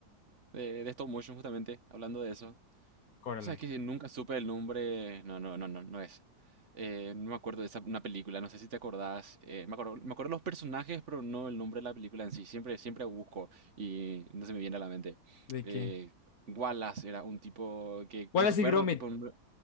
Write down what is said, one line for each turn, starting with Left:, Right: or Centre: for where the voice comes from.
Right: de, de stop motion, justamente, hablando de eso, o
Left: Coraline.
Right: sea, que nunca supe el nombre, no, no, no, no, no es. Eh, no me acuerdo de esa, una película, no sé si te acordás, eh, me acuerdo, me acuerdo los personajes, pero no el nombre de la película en sí, siempre, siempre busco y no se me viene a la mente.
Left: ¿de
Right: Eh,
Left: qué?
Right: Wallace era un tipo que con
Left: Wallace
Right: su perro,
Left: y Gromit,
Right: tipo un-